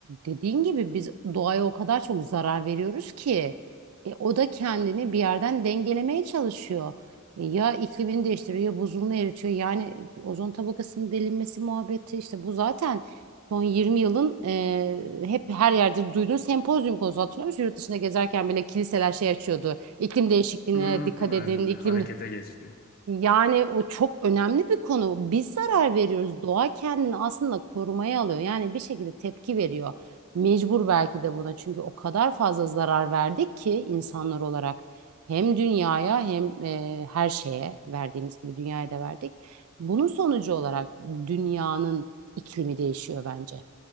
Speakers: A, on the right (about 80°); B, on the left (about 45°).
A: dediğin gibi biz doğaya o kadar çok zarar veriyoruz ki e, o da kendini bir yerden dengelemeye çalışıyor. E, ya iklimini değiştiriyor ya buzulunu eritiyor. Yani ozon tabakasının delinmesi muhabbeti işte bu zaten son 20 yılın e, hep her yerde duyduğun sempozyum konusu hatırlıyor musun? Yurt dışında gezerken bile kiliseler şey açıyordu. İklim değişikliğine
B: <laughs> Aynen
A: dikkat edin,
B: öyle.
A: iklim
B: Harekete geçti.
A: yani o çok önemli bir konu. Biz zarar veriyoruz. Doğa kendini aslında korumaya alıyor. Yani bir şekilde tepki veriyor. Mecbur belki de buna. Çünkü o kadar fazla zarar verdik ki insanlar olarak. Hem dünyaya hem e, her şeye verdiğimiz gibi dünyaya da verdik. Bunun sonucu olarak dünyanın iklimi değişiyor bence.